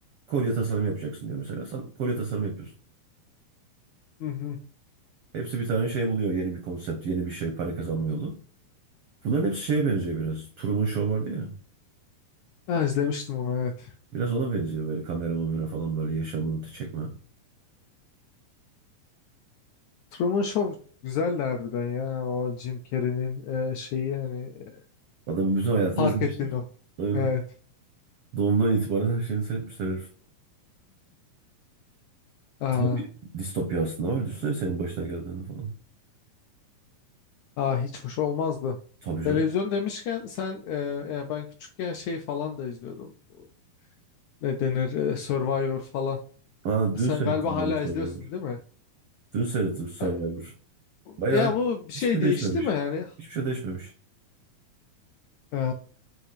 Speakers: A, on the right (about 80°); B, on the left (about 75°).
A: Kolye tasarımı yapacaksın diyor mesela sen kolye tasarımı yapıyorsun.
B: Hı hı.
A: Hepsi bir tane şey buluyor yeni bir konsept yeni bir şey para kazanma yolu. Bunların hepsi şeye benziyor biraz. Truman Show vardı ya.
B: Ha, izlemiştim onu evet.
A: Biraz ona benziyor böyle kamera mamera falan böyle yaşamını çekme.
B: Truman Show güzeldi harbiden ya. O Jim Carrey'nin e, şeyi hani e,
A: Adamın bütün hayatını
B: fark
A: izlemişler.
B: ettiğin o.
A: Aynen.
B: Evet.
A: Doğumdan itibaren her şeyini seyretmişler herif.
B: Aa.
A: Tam bir distopya aslında var. Düşünsene senin başına geldiğini falan.
B: Aa, hiç hoş olmazdı.
A: Tabii
B: Televizyon
A: canım.
B: demişken sen e, yani ben küçükken şey falan da izliyordum. Bu Ne denir? e, Survivor falan.
A: Ha, dün
B: Sen
A: seyrettim
B: galiba hala
A: ben de Survivor.
B: izliyorsun değil mi?
A: Dün seyrettim Survivor.
B: E,
A: Bayağı
B: Ya bu bir
A: hiçbir
B: şey
A: şey
B: değişti
A: değişmemiş.
B: mi yani?
A: Hiçbir şey değişmemiş.
B: E,